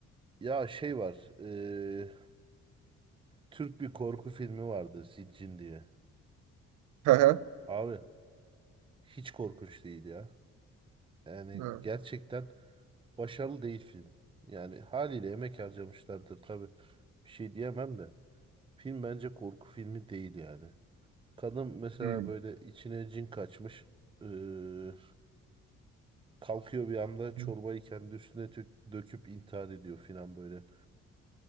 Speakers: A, on the right (about 15°); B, on the right (about 80°).
A: Ya şey var. eee, Türk bir korku filmi vardı Siccin diye.
B: Hı hı.
A: Abi hiç korkunç değil ya. Yani
B: Hı
A: gerçekten başarılı değil film. Yani haliyle emek harcamışlardır tabii. Bir şey diyemem de. Film bence korku filmi değil yani. Kadın mesela
B: hı.
A: böyle içine cin kaçmış. eee, kalkıyor bir anda çorbayı
B: Hı.
A: kendi üstüne tö- döküp intihar ediyor filan böyle.